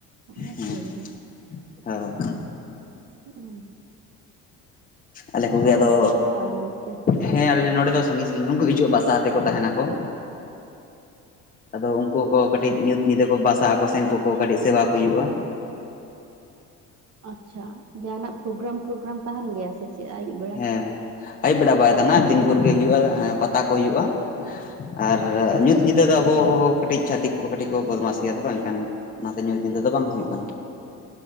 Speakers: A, on the right (about 55°); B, on the left (about 25°).
A: ᱢᱟᱱᱮ
B: ᱦᱮᱸ
A: ᱥᱩᱨ ᱜᱮ
B: ᱦᱳᱭ᱾
A: ᱦᱩᱸ
B: ᱟᱞᱮ ᱠᱚᱜᱮ ᱟᱫᱚ
A: ᱠᱚ ᱥᱮᱱᱚᱜᱼᱟ ᱟᱹᱰᱤ ᱡᱟᱹᱥᱛᱤ
B: ᱦᱮᱸ ᱟᱞᱮ ᱱᱚᱰᱮ ᱫᱚ ᱥᱟᱺᱜᱤᱧ ᱥᱟᱺᱜᱤᱧ ᱠᱷᱚᱱ ᱠᱚ ᱦᱤᱡᱩᱜᱼᱟ ᱵᱟᱥᱟ ᱛᱮᱜ ᱠᱚ ᱛᱟᱦᱮᱱᱟ ᱠᱚ ᱟᱫᱚ ᱩᱱᱠᱩ ᱠᱚ ᱠᱟᱹᱴᱤᱡ ᱧᱩᱛ ᱧᱤᱫᱟᱹ ᱠᱚ ᱵᱟᱥᱟᱜ ᱟᱠᱚ ᱥᱮ ᱩᱱᱠᱩ ᱠᱚ ᱠᱟᱹᱴᱤᱡ ᱥᱮᱵᱟ ᱠᱚ ᱦᱩᱭᱩᱜᱼᱟ
A: ᱟᱪᱪᱷᱟ ᱡᱟᱦᱟᱸᱱᱟᱜ ᱯᱨᱳᱜᱨᱟᱢ ᱴᱳᱜᱨᱟᱢ ᱛᱟᱦᱮᱱ ᱜᱮᱭᱟ ᱥᱮ ᱪᱮᱫ ᱟᱭᱩᱵ ᱵᱮᱲᱟ
B: ᱦᱮ ᱟᱹᱭᱩᱵ ᱵᱮᱲᱟ ᱵᱟᱭ ᱛᱟᱦᱮᱱᱟ ᱫᱤᱱ ᱵᱷᱳᱨ ᱜᱮ ᱦᱩᱭᱩᱜᱼᱟ ᱯᱟᱛᱟ ᱠᱚ ᱦᱩᱭᱩᱜᱼᱟ ᱟᱨ ᱧᱩᱛ ᱧᱤᱫᱟᱹ ᱫᱚ ᱟᱵᱚ ᱠᱟᱹᱴᱤᱡ ᱪᱷᱟᱛᱤᱠ ᱠᱚ ᱠᱟᱹᱴᱤᱡ ᱠᱚ ᱵᱚᱫᱢᱟᱥ ᱜᱮᱭᱟ ᱛᱚ ᱮᱱᱠᱷᱟᱱ ᱚᱱᱟᱛᱮ ᱧᱩᱛ ᱧᱤᱫᱟᱹ ᱫᱚ ᱵᱟᱝ ᱦᱩᱭᱩᱜ ᱠᱟᱱᱟ